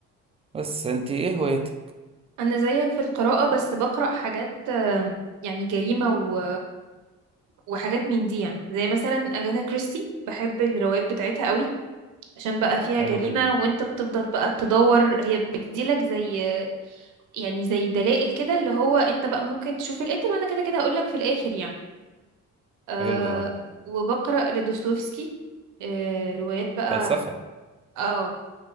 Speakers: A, on the right; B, on the right.
A: بس انت ايه هوايتك
B: انا زيك في القراءة بس بقرأ حاجات آم، يعني جريمة و... وحاجات من دي يعني زي مثلا اجاثا كريستي بحب الروايات بتاعتها قوي عشان بقى فيها
A: حلو
B: جريمة
A: جدا
B: وانت بتفضل بقى تدور هي بتديلك زي يعني زي دلائل كده اللي هو انت بقى ممكن تشوف القاتل وانا كده كده هقولك في الاخر يعني أه
A: حلو ده
B: وبقرأ لدوستويفسكي أه روايات بقى
A: فلسفه
B: اه